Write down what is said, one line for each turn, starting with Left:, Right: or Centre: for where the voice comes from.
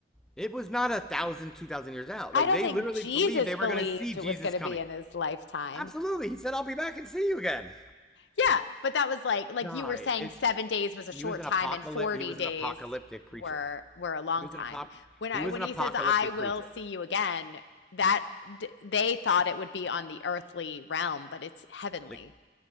Centre: It was not a thousand, two thousand years out.
Left: I
Centre: Like
Left: don't
Centre: they
Left: think
Centre: literally
Left: Jesus
Centre: believed they
Left: believed
Centre: were gonna see Jesus
Left: it was going to
Centre: coming.
Left: be in his lifetime,
Centre: Absolutely, he said, "I'll be back and see you again."
Left: Yeah, but that was like like
Centre: Nah,
Left: you were saying
Centre: it's
Left: 7 days was a
Centre: he
Left: short
Centre: was an
Left: time
Centre: apocalypse.
Left: and 40
Centre: He was
Left: days
Centre: an apocalyptic preacher.
Left: were were a long
Centre: He was
Left: time.
Centre: an apop.
Left: When
Centre: He
Left: I
Centre: was
Left: when
Centre: an apocalyptic
Left: he says I will
Centre: preacher.
Left: see you again, that d- they thought it would be on the earthly realm, but it's heavenly.
Centre: The